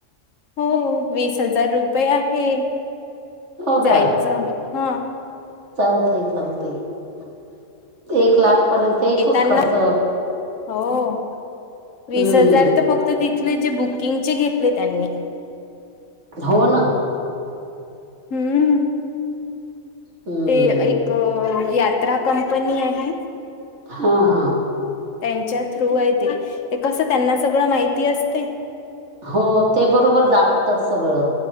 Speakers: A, on the left; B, on the right.
A: हो वीस हजार रुपये आहे.
B: हो
A: जायचं
B: का
A: ह.
B: चालतंय चालतंय एक लाख पर्यंत येतोच
A: येताना
B: खर्च.
A: हो वीस
B: हम्म
A: हजार तर फक्त तिथले ते बुकिंगचे घेतले त्यांनी.
B: हो ना.
A: हम्म.
B: हम्म
A: ते एक यात्रा कंपनी आहे.
B: हा हा.
A: त्यांच्या थ्रू आहे ते, ते कसं त्यांना सगळं माहिती असते.
B: हो ते बरोबर दाखवतात सगळं.